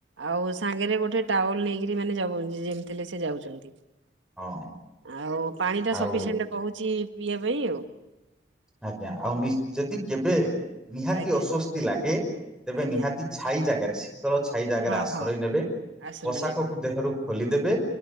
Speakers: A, on the right (about 80°); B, in the centre.
A: ଆଉ ସାଙ୍ଗରେ ଗୋଟେ ଟାୱେଲ ନେଇକିରି ମାନେ ଯବ ଯେମିତିହେଲେ ସେ ଯାଉଛନ୍ତି।
B: ହଁ
A: ଆଉ ପାଣି ଟା
B: ଆଉ
A: ସଫିସେଣ୍ଟ କହୁଛି ପିଇବା ପାଇଁ ଆଉ।
B: ଆଜ୍ଞା। ଆଉ ନିଶ୍ଚି ଯଦି କେବେ ନିହାତି
A: ଆଜ୍ଞା
B: ଅସ୍ଵସ୍ଥି ଲାଗେ ତେବେ
A: ଆଜ୍ଞା
B: ନିହାତି ଛାଇ ଜାଗାରେ, ଶୀତଳ ଛାଇ ଜାଗାରେ
A: ହଁ
B: ଆଶ୍ରୟ
A: ହଁ
B: ନେବେ।
A: ଆଶ୍ରୟ
B: ପୋଷାକକୁ
A: ବୋଲି
B: ଦେହରୁ ଖୋଲିଦେବେ।